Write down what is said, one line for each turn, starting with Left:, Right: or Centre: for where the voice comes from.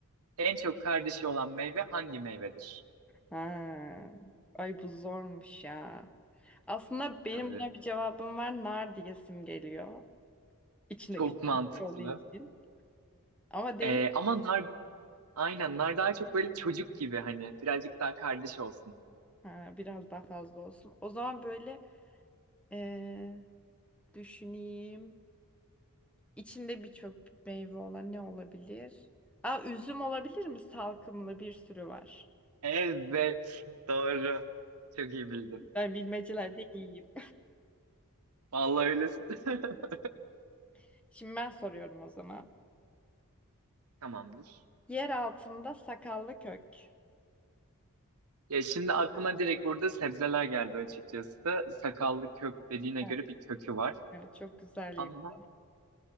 Right: en çok kardeşi olan meyve hangi meyvedir?
Centre: Ha. Ay bu zormuş ya. Aslında benim
Right: Tabii.
Centre: buna bir cevabım var. Nar diyesim geliyor. İçinde
Right: Çok
Centre: küçük
Right: mantıklı.
Centre: küçük olduğu için. Ama değil.
Right: Ee, ama nar Aynen. Nar daha çok böyle çocuk gibi hani. Birazcık daha kardeş olsun.
Centre: Ha, biraz daha fazla olsun. O zaman böyle ee, düşüneyim. İçinde birçok meyve olan ne olabilir? Aa, üzüm olabilir mi? Salkımlı bir sürü var.
Right: Evet. Doğru. Çok iyi bildin.
Centre: Ben bilmecelerde iyiyim.
Right: Vallahi öylesin. <laughs>
Centre: <laughs> Şimdi ben soruyorum o zaman.
Right: Tamamdır.
Centre: Yer altında sakallı kök.
Right: Ya şimdi aklıma direkt burada sebzeler geldi açıkçası. Sakallı kök dediğine
Centre: Evet,
Right: göre bir kökü var.
Centre: evet, çok güzel
Right: Ama
Centre: yakın.